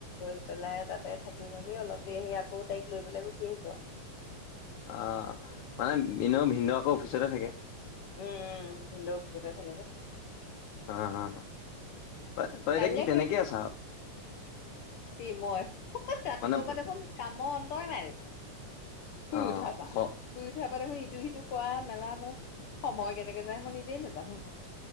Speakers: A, on the left; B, on the left.
A: গৈ পেলাই তাতে থাক থাকি মেলি অলপ দেৰি আহি আকৌ তাইক লৈ পেলাই গুচি আহিব।
B: অ', মানে এনেয়ো ভিনদেউ আকৌ অফিচতে থাকে।
A: উম, উম, ভিনদেউ অফিচতে থাকে যে।
B: হা, হা, তই, তই
A: কাইলে
B: এতিয়া কি তেনেকে
A: শেষ
B: আছ?
A: কি মই? ৰাতিপুৱাৰ
B: মানে
A: পৰা দেখোন কামৰ অন্তই নাই দেখোন। শুই
B: অ
A: উঠাপা,
B: ঘ
A: শুই উঠাপা দেখোন ইটো সিটো খোৱা মেলা মোৰ সময় কেনেকে যায়। মই নিজেই নাজানোঁ।